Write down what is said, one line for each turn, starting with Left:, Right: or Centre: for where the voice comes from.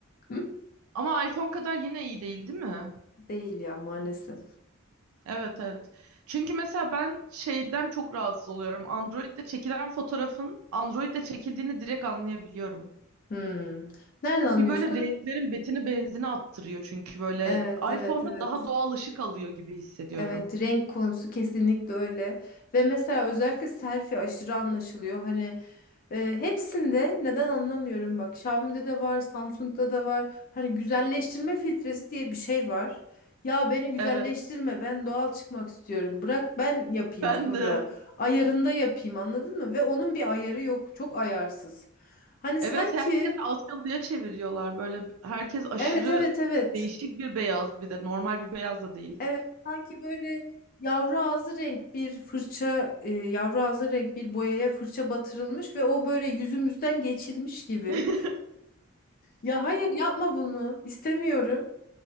Left: <laughs>
Right: ama iPhone kadar yine iyi değil, değil mi?
Left: Değil ya maalesef.
Right: Evet evet. Çünkü mesela ben şeyden çok rahatsız oluyorum. Android'de çekilen fotoğrafın Android'de çekildiğini direkt anlayabiliyorum.
Left: Hmm. Nereden anlıyorsun?
Right: Bir böyle renklerin betini benzini attırıyor çünkü böyle
Left: Evet, evet,
Right: iPhone'da
Left: evet.
Right: daha doğal ışık alıyor gibi hissediyorum.
Left: Evet, renk konusu kesinlikle öyle. Ve mesela özellikle selfie aşırı anlaşılıyor. Hani e, hepsinde neden anlamıyorum bak. Xiaomi'de de var, Samsung'da da var. Hani güzelleştirme filtresi diye bir şey var. Ya beni güzelleştirme,
Right: Evet,
Left: ben doğal çıkmak istiyorum. Bırak ben yapayım
Right: ben
Left: sonra.
Right: de.
Left: Ayarında yapayım anladın mı? Ve onun bir ayarı yok. Çok ayarsız. Hani sanki
Right: Evet, herkesi Asyalı'ya çeviriyorlar. Böyle herkes aşırı
Left: evet evet evet.
Right: değişik bir beyaz bir de normal bir beyaz da değil.
Left: Evet, sanki böyle yavru ağzı renk bir fırça, e, yavru ağzı renk bir boyaya fırça batırılmış ve o böyle yüzümüzden geçilmiş gibi.
Right: <laughs>
Left: Ya hayır yapma bunu, İstemiyorum.